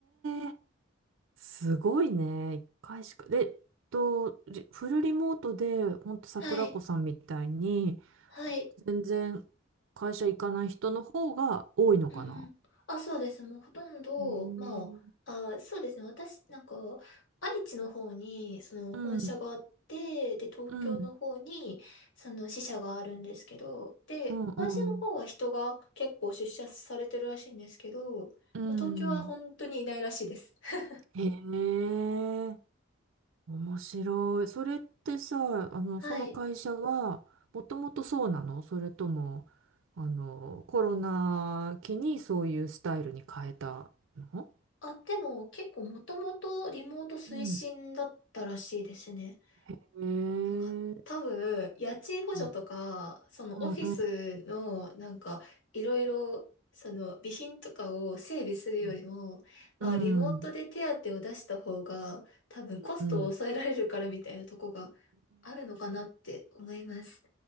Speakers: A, on the right; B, on the left.
A: えすごいね。一回しか。で、えっと、リフルリモートで、ほんと桜子さんみたいに、
B: はい。はい。
A: 全然会社行かない人の方が多いのかな。
B: うんうんあ、そうです。もうほとんど、
A: ええう
B: まあ、あ、そうですね。私、なんか、愛知の方に、その本社があって、
A: ん、
B: で、東京の方に、
A: うん、うん、
B: その支社があるんですけど、で、
A: うん、
B: 本社の方は人が結構出社されてるらしいんですけど、
A: うん。うん
B: まあ東京は本当にいないらしいです。<laughs>
A: へえ。面白い。それってさ、あの、
B: はい。
A: その会社は、もともとそうなのそれとも、あの、コロナ期にそういうスタイルに変えたの
B: あ、でも結構もともとリモート推進だったらしいですね。
A: うん。へえ
B: なんか多分、
A: ー、
B: 家賃補助とか、
A: うん
B: そのオフィスのなんかいろいろその備品とかを整備するよりも、
A: うんうん、
B: まあリモートで手当を出した方が多分コストを抑えられるからみたいなとこがあるのかなって思います。
A: うん、うん、うん。